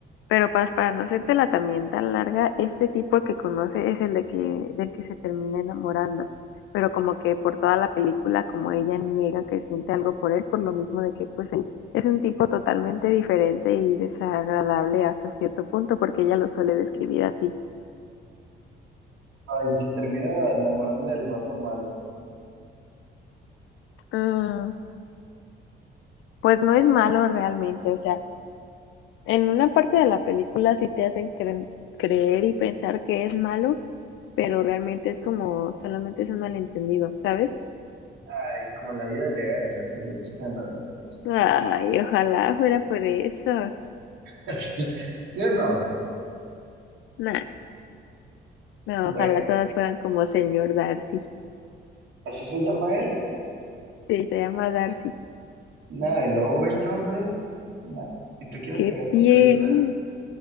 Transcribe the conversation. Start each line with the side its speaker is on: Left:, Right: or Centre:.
Left: pero para, para no hacértela también tan larga, este tipo que conoce es el de que, del que se termina enamorando. Pero como que por toda la película, como ella niega que siente algo por él, por lo mismo de que pues él es un tipo totalmente diferente y desagradable hasta cierto punto, porque ella lo suele describir así.
Right: Ay, y se termina enamorando del vato malo.
Left: "Mm, pues no es malo realmente, o sea, en una parte de la película sí te hacen cre- creer y pensar que es malo pero realmente es como solamente es un malentendido, ¿sabes?
Right: Ay, como en la vida real, así les gustan las mujeres.
Left: Ay, ojalá fuera por eso.
Right: <laughs> ¿Sí o no?
Left: Nah, no,
Right: Bueno,
Left: ojalá todas fueran como señor Darcy.
Right: así se llama él.
Left: Sí, se llama Darcy.
Right: Nada, y luego ve el nombre. Nah. Si tú quieres
Left: ¿Qué
Right: que vea esa
Left: tiene?
Right: película,